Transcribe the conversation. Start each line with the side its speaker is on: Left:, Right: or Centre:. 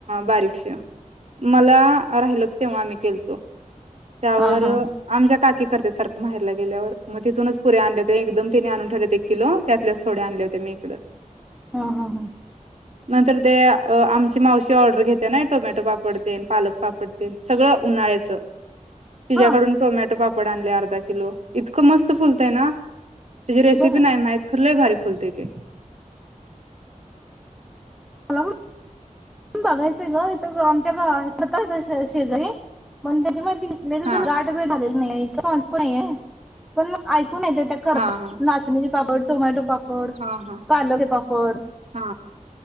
Right: बारीकश, मला राहिलं होतं तेव्हा मी केलतो. त्यावर
Centre: आ हा
Right: आमच्या काकी करत्यात सारक माहेरला गेल्यावर. म तिथूनच पुऱ्या आणलेते एकदम तिने आणून ठेवल्यात एक किलो त्यातल्याच थोडे आणल्या होते मी इकडं.
Centre: हम्-हम्-हम्
Right: <unintelligible> तर ते अ आमची मावशी ऑर्डर घेत्या नई टोमॅटो पापडतेन. पालक पापडतेन. सगळं उन्हाळ्याचं. तिज्याकडून
Centre: हा
Right: टोमॅटो पाप पड आणले अर्धा किलो. इतकं मस्त फुलतंय ना, त्याची रेसिपी
Centre: बघा
Right: नाही माहित खर लय भारी फुलते ते.
Centre: मला <unintelligible> बघायचंय ग इथ गं आमच्या गा ततायचाय श शेजारी. पण त्याची माहि <unintelligible>
Right: हा
Centre: गाठ बेट आलेली नाही. <unintelligible> पण म कोन येते त्या कर
Right: हा हा
Centre: नाचणीची पापड. टोम्याटो पाप पड,
Right: हा हा
Centre: पालक पापड.
Right: हा